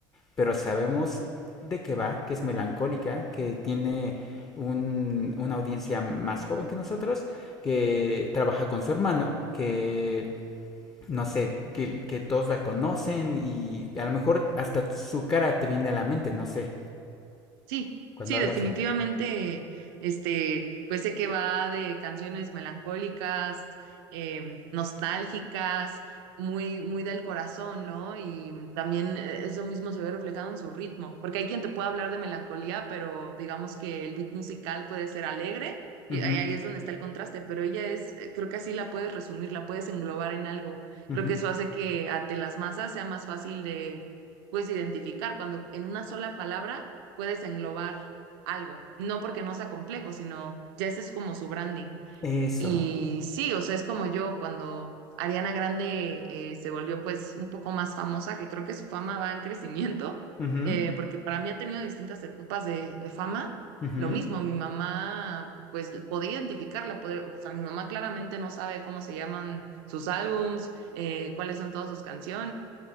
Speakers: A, on the left (about 30°); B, on the right (about 75°).
A: pero sabemos de qué va, que es melancólica, que tiene un, una audiencia más joven que nosotros, que trabaja con su hermano, que no sé, que, que todos la conocen y a lo mejor hasta su cara te viene a la mente, no sé,
B: Sí,
A: cuando
B: sí,
A: hablas
B: definitivamente,
A: de ella.
B: este, pues sé que va de canciones melancólicas, em, nostálgicas, muy, muy del corazón, ¿no? Y también eh, eso mismo se ve reflejado en su ritmo, porque hay quien te puede hablar de melancolía, pero digamos que el beat musical puede ser alegre, y
A: Ujú,
B: ahí ahí es donde está el contraste, pero ella es, eh, creo que así la puedes resumir, la puedes englobar en algo.
A: ujú.
B: Creo que eso hace que ante las masas sea más fácil de, pues, identificar cuando en una sola palabra puedes englobar algo, no porque no sea complejo, sino ya ese es como su branding.
A: Eso.
B: Y sí, o sea, es como yo cuando Ariana Grande eh, se volvió pues un poco más famosa, que creo que su fama va en crecimiento,
A: Ujú,
B: <laughs> eh, porque para mí ha tenido distintas etapas de, de fama.
A: ujú,
B: Lo mismo, mi mamá pues podía identificarla, poder, o sea, mi mamá claramente no sabe cómo se llaman sus álbums, eh, cuáles son todas sus canciones,